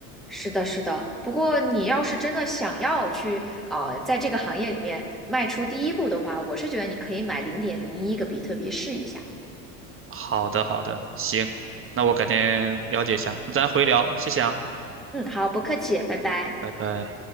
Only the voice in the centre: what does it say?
是的，是的。不过你要是真的想要去啊，在这个行业里面迈出第一步的话，我是觉得你可以买零点零一个比特币试一下。
嗯，好，不客气，拜拜。